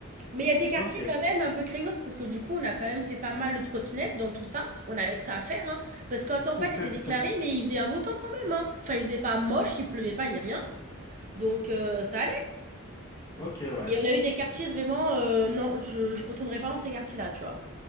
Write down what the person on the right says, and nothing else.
Mais il y a des quartiers
quand même un peu craignos parce que du coup, on a quand même fait pas mal de trottinettes dans tout ça. On avait que ça à faire, hein. Parce qu'en
tempête était déclaré, mais il faisait un beau temps quand même, hein. Enfin, il faisait pas moche, il pleuvait pas ni rien. Donc, euh, ça allait.
Et on a eu des quartiers vraiment, euh, non, je, je retournerai pas dans ces quartiers-là, tu vois.